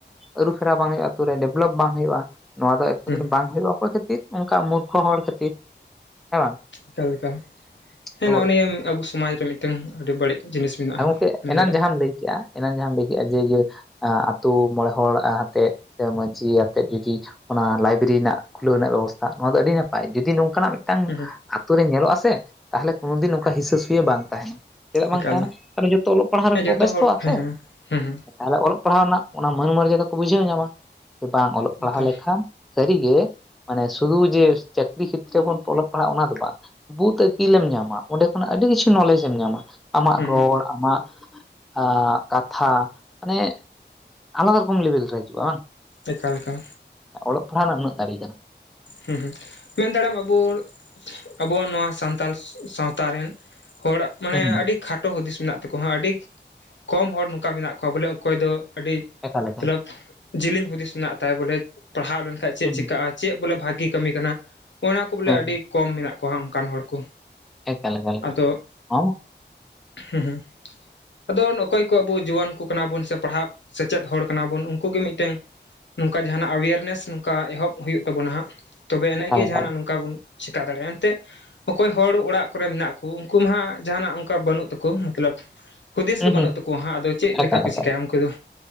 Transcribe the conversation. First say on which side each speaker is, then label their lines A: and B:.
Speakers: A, in the centre; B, on the left (about 80°).
A: ᱟᱹᱨᱩ ᱯᱷᱮᱨᱟᱣ ᱵᱟᱝ ᱦᱩᱭᱩᱜᱼᱟ ᱟᱛᱩ ᱨᱮ ᱰᱮᱵᱷᱞᱚᱯ ᱵᱟᱝ ᱦᱩᱭᱩᱜᱼᱟ ᱱᱚᱣᱟ ᱫᱚ
B: ᱦᱩᱸ ᱦᱩᱸ
A: ᱵᱟᱝ ᱦᱩᱭᱩᱜᱼᱟ ᱚᱠᱚᱭ ᱠᱷᱟᱹᱛᱤᱨ ᱚᱱᱠᱟ ᱢᱩᱨᱠᱷᱚ ᱦᱚᱲ ᱠᱷᱟᱹᱛᱤᱨ ᱦᱮᱸ ᱵᱟᱝ
B: ᱮᱠᱟᱞ ᱮᱠᱟᱞ
A: ᱟᱫᱚ
B: ᱦᱮᱸ ᱱᱚᱜᱼᱚ ᱱᱤᱭᱟᱹ ᱟᱵᱚ ᱥᱚᱢᱟᱡᱽ ᱨᱮ ᱢᱤᱫᱴᱮᱱ ᱟᱹᱰᱤ ᱵᱟᱹᱲᱤᱡ ᱡᱤᱱᱤᱥ ᱢᱮᱱᱟᱜᱼᱟ ᱦᱟᱸᱜ
A: ᱜᱚᱢᱠᱮ
B: ᱢᱮᱱ
A: ᱮᱱᱟᱱ
B: ᱫᱟᱲᱮᱭᱟᱜᱼᱟᱢ
A: ᱡᱟᱦᱟᱸᱟᱢ ᱞᱟᱹᱭ ᱠᱮᱜᱼᱟ ᱮᱱᱟᱝ ᱡᱟᱦᱟᱸᱢ ᱞᱟᱹᱭ ᱠᱮᱫᱼᱟ ᱡᱮ ᱤᱭᱟᱹ ᱟᱛᱳ ᱢᱚᱬᱮ ᱦᱚᱲ ᱦᱟᱛᱮᱜ ᱢᱟᱺᱡᱷᱤ ᱟᱛᱮᱜ ᱡᱩᱫᱤ ᱚᱱᱟ ᱞᱟᱭᱵᱨᱮᱨᱤ ᱨᱮᱱᱟᱜ ᱠᱷᱩᱞᱟᱹᱣ ᱨᱮᱱᱟᱜ ᱵᱮᱵᱚᱥᱛᱷᱟ ᱱᱚᱣᱟ ᱫᱚ ᱟᱹᱰᱤ ᱱᱟᱯᱟᱭ ᱡᱩᱫᱤ ᱱᱚᱝᱠᱟᱼᱼ ᱚᱱᱠᱟᱱᱟᱜ ᱢᱤᱫᱴᱟᱝ
B: ᱦᱩᱸ ᱦᱩᱸ
A: ᱟᱛᱳ ᱨᱮ ᱧᱮᱞᱚᱜ ᱟ ᱥᱮ ᱛᱟᱦᱟᱞᱮ ᱠᱳᱱᱳ ᱫᱤᱱ ᱚᱱᱠᱟ ᱦᱤᱥᱟᱹ ᱥᱩᱭᱟᱹ ᱵᱟᱝ ᱛᱟᱦᱮᱱᱟ ᱪᱮᱫᱟᱜ ᱵᱟᱝ
B: ᱮᱠᱟᱞ
A: ᱛᱟᱦᱮᱱᱟ ᱟᱫᱚ ᱡᱚᱛᱚ ᱚᱞᱚᱜ ᱯᱟᱲᱦᱟᱜ
B: ᱦᱮᱸ
A: ᱨᱮᱠᱚ
B: ᱡᱚᱛᱚ
A: ᱵᱮᱥᱛᱚᱜᱼᱟ
B: ᱦᱚᱲ ᱦᱮᱸ
A: ᱥᱮ
B: ᱦᱮᱸ ᱦᱩᱸ ᱦᱩᱸ
A: ᱛᱟᱦᱞᱮ ᱚᱞᱚᱜ ᱯᱟᱲᱦᱟᱣ ᱱᱟᱜ ᱚᱱᱟ ᱢᱟᱹᱱ ᱢᱚᱨᱡᱟᱫᱟ ᱠᱚ ᱵᱩᱡᱷᱟᱹᱣ ᱧᱟᱢᱟ ᱵᱟᱝ ᱚᱞᱚᱜ ᱯᱟᱲᱦᱟᱣ
B: ᱮᱠᱟᱞ
A: ᱞᱮᱠᱷᱟᱱ ᱥᱟᱹᱨᱤᱜᱮ ᱢᱟᱱᱮ ᱥᱩᱫᱷᱩ ᱡᱮ ᱪᱟᱹᱠᱨᱤ ᱠᱷᱮᱛᱨᱮ ᱵᱚᱱ ᱚᱞᱚᱜ ᱯᱟᱲᱦᱟᱜ ᱚᱱᱟ ᱫᱚ ᱵᱟᱝ ᱵᱩᱫ ᱟᱹᱠᱤᱞᱮᱢ ᱧᱟᱢᱟ ᱚᱸᱰᱮ ᱠᱷᱚᱱᱟᱜ ᱟᱹᱰᱤ ᱠᱤᱪᱷᱩ ᱱᱚᱞᱮᱡᱽ ᱮᱢ ᱧᱟᱢᱟ ᱟᱢᱟᱜ
B: ᱦᱩᱸ
A: ᱨᱚᱲ
B: ᱦᱩᱸ
A: ᱟᱢᱟᱜ ᱟᱜ ᱠᱟᱛᱷᱟ ᱢᱟᱱᱮ ᱟᱞᱟᱫᱟ ᱨᱚᱠᱚᱢ ᱞᱮᱵᱮᱞ ᱨᱮ ᱦᱤᱡᱩᱜᱼᱟ ᱵᱟᱝ
B: ᱮᱠᱟᱞ ᱮᱠᱟᱞ
A: ᱚᱞᱚᱜ ᱯᱟᱲᱦᱟᱜ ᱨᱮᱱᱟᱜ ᱩᱱᱟᱹᱜ ᱫᱟᱲᱮ ᱠᱟᱱᱟ
B: ᱦᱩᱸ ᱦᱩᱸ ᱢᱮᱱ ᱫᱟᱲᱟᱢ ᱟᱵᱚᱞ ᱟᱵᱚᱣᱟᱜ ᱱᱚᱣᱟ ᱥᱟᱱᱛᱟᱞ ᱥᱟᱶᱛᱟ ᱨᱮᱱ ᱦᱚᱲᱟᱜ ᱢᱟᱱᱮ
A: ᱦᱩᱸ ᱦᱩᱸ
B: ᱟᱹᱰᱤ ᱠᱷᱟᱴᱚ ᱦᱩᱫᱤᱥ ᱢᱮᱱᱟᱜ ᱛᱟᱠᱚᱣᱟ ᱟᱹᱰᱤ ᱠᱚᱢ ᱦᱚᱲ ᱱᱚᱝᱠᱟ ᱢᱮᱱᱟᱜ ᱠᱚᱣᱟ ᱵᱚᱞᱮ ᱚᱠᱚᱭ ᱫᱚ ᱟᱹᱰᱤ
A: ᱮᱠᱟᱞ ᱮᱠᱟᱞ
B: ᱢᱚᱛᱞᱚᱵ ᱡᱮᱞᱮᱧ ᱦᱩᱫᱤᱥ ᱢᱮᱱᱟᱜ ᱛᱟᱭ ᱵᱚᱞᱮ ᱯᱟᱲᱦᱟᱣ ᱞᱮᱱᱠᱷᱟᱱᱡ ᱪᱮᱫ
A: ᱦᱩᱸ ᱦᱩᱸ
B: ᱪᱤᱠᱟᱹᱜᱼᱟ ᱪᱮᱫ ᱵᱚᱞᱮ ᱵᱷᱟᱜᱮ ᱠᱟᱹᱢᱤ ᱠᱟᱱᱟ ᱚᱱᱟ ᱠᱚ ᱵᱚᱞᱮ
A: ᱦᱩᱸ
B: ᱟᱹᱰᱤ
A: ᱦᱩᱸ
B: ᱠᱚᱢ ᱢᱮᱱᱟᱜ ᱠᱚᱣᱟ ᱚᱱᱠᱟᱱ ᱦᱚᱲ ᱠᱚ
A: ᱮᱠᱟᱞ ᱮᱠᱟᱞ
B: ᱟᱫᱚ
A: <unintelligible>
B: ᱦᱩᱸ ᱦᱩᱸ ᱟᱫᱚ ᱱᱚᱠᱚᱭ ᱠᱚ ᱟᱵᱚ ᱡᱩᱣᱟᱹᱱ ᱠᱚ ᱠᱟᱱᱟᱵᱚᱱ ᱥᱮ ᱯᱟᱲᱦᱟᱣ ᱥᱮᱪᱮᱫ ᱦᱚᱲ ᱠᱟᱱᱟ ᱵᱚᱱ ᱩᱱᱠᱩ ᱜᱮ ᱢᱤᱫᱴᱟᱹᱝ ᱱᱚᱝᱠᱟ ᱡᱟᱦᱱᱟᱜ ᱮᱣᱮᱨᱱᱮᱥ ᱱᱚᱝᱠᱟ ᱮᱦᱚᱵ ᱦᱩᱭᱩᱜ ᱛᱟᱵᱚᱱᱟ ᱦᱟᱸᱜ ᱛᱚᱵᱮ ᱮᱱᱮ
A: ᱮᱠᱟᱞ
B: ᱜᱮ
A: ᱮᱠᱟᱞ
B: ᱡᱟᱦᱟᱱᱟᱜ ᱱᱚᱝᱠᱟ ᱵᱚᱱ ᱪᱮᱠᱟ ᱫᱟᱲᱮᱭᱟᱜᱼᱟ ᱮᱱᱛᱮᱜ ᱚᱠᱚᱭ ᱦᱚᱲ ᱚᱲᱟᱜ ᱠᱚᱨᱮ ᱢᱮᱱᱟᱜ ᱠᱚ ᱩᱱᱠᱩ ᱢᱟ ᱦᱟᱸᱜ ᱡᱟᱦᱟᱱᱟᱜ ᱚᱱᱠᱟ ᱵᱟᱹᱱᱩᱜ ᱛᱟᱠᱚ ᱢᱚᱛᱞᱚᱵ
A: <inaudible>
B: ᱦᱩᱫᱤᱥ ᱜᱮ ᱵᱟᱹᱱᱩᱜ
A: ᱦᱩᱸ
B: ᱛᱟᱠᱚᱣᱟ ᱦᱟᱸᱜ ᱟᱫᱚ ᱪᱮᱫ ᱞᱮᱠᱟ
A: ᱮᱠᱟᱞ
B: ᱠᱚ
A: ᱮᱠᱟᱞ
B: ᱪᱤᱠᱟᱹᱭᱟ ᱩᱱᱠᱩ ᱫᱚ